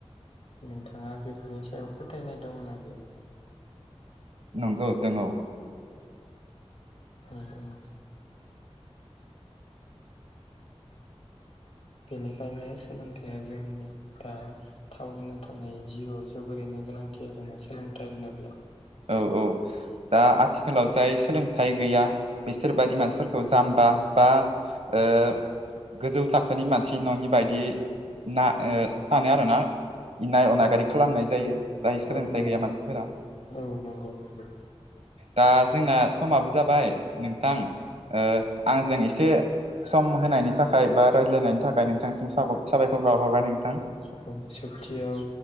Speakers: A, on the left (about 75°); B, on the right (about 80°).
A: नोंथाङा बेफोरनि सायाव फोथायनाय दङ ना गैया
B: नंगौ दों औ
A: औ औ बेनिखायनो सोलोंथाया जोंनि था थावरिना थानाय जिउआव जोबोरैनो गोनांथि आरोना सोलोंथाइ होनोब्ला
B: औ औ दा आथिखालाव जाय सोलोंथाइ गैया बिसोरबादि मानसिफोरखौ जाम्बा बा ओ गोजौ थाखोनि मानसि नङि बायदि ना सानो आरोना इनाय अनागारि
A: औ
B: खालामनाय जायो जाय
A: औ
B: सोलोंथाइ
A: औ
B: गैया मानसिफोरा
A: औ नंगौ नंगौ
B: दा जोंना समाबो जाबाय नोंथां ओ आंजों एसे सम होनायनि थाखाय बा रायज्लायनायनि थाखाय नोंथांसिम साबायखर बावहरबाय नोंथां
A: औ सोबथियाव